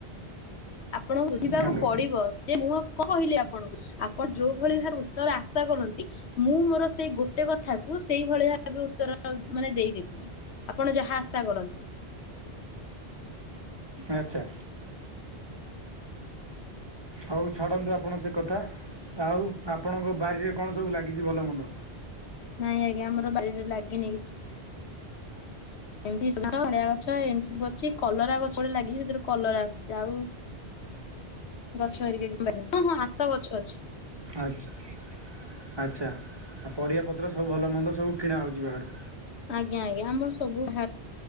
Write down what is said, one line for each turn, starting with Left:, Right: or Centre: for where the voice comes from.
Left: ଆପଣଙ୍କୁ ବୁଝିବାକୁ
Right: ହ୍ୟାଲୋ
Left: ପଡ଼ିବ ଯେ ମୁଁ କଣ କହିଲି ଆପଣଙ୍କୁ ଆପଣ ଯୋଉ ଭଳି ଭାବେ ଉତ୍ତର ଆ ସା କରନ୍ତି ମୁଁ ମୋର ସେଇ ଗୋଟେ କଥାକୁ ସେଇଭଳି ଭାବେ ଉତ୍ତର ମାନେ ଦେଇଦେବି‌। ଆପଣ ଯାହା ଆଶା କରନ୍ତି‌।
Right: ଆଚ୍ଛା। ହଉ ଛାଡ଼ନ୍ତୁ ଆପଣ ସେ କଥା। ଆଉ ଆପଣଙ୍କ ବାରିରେ କଣ ସବୁ ଲାଗିଛି ଭଲ ମନ୍ଦ?
Left: ନାଇଁ ଆଜ୍ଞା ଆମର ବାରିରେ ଲାଗିନି କିଛି। ଏମିତି <unintelligible> ଗଛ ଏମିତି ସବୁ ଅଛି କଲରା ଗଛ ଗୋଟେ ଲାଗିଛି ସେଥିରେ କଲରା ଆସୁଛି ଆଉ ଗଛ ହେରିକା <unintelligible> ହଁ ହଁ ଆତା ଗଛ ଅଛି।
Right: ଆଛା। ଆଛା, ଆଉ ପରିବାପତ୍ର ସବୁ ଭଲ ମନ୍ଦ ସବୁ କିଣା ହେଉଚି ବାହାରୁ।
Left: ଆଜ୍ଞା ଆଜ୍ଞା ଆମର ସବୁ